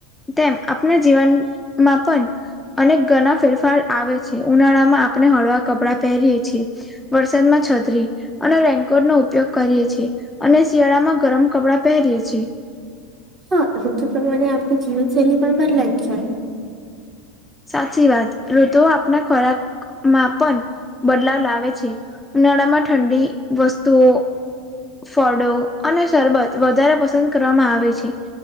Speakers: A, in the centre; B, on the right (about 35°).
A: તેમ આપણા જીવનમાં પણ અને ઘણા ફેરફાર આવે છે ઉનાળા માં આપણે હળવા કપડાં પહેરીએ છીએ વરસાદમાં છતરી અને રેનકોટ નો ઉપયોગ કરીએ છીએ અને શિયાળામાં ગરમ કપડા પહરી એ છીએ
B: હા ઋતુ પ્રમાણે આપણી જીવનશૈલી પણ બદલાય જ ચા
A: સાચી વાત ઋતુઓ આપના ખોરાક માં પણ બદલાવ લાવે છે ઉનાળા માં ઠંડી વસ્તુઓ ફળો અને શરબત વધારે પસંદ કરવામાં આવે છે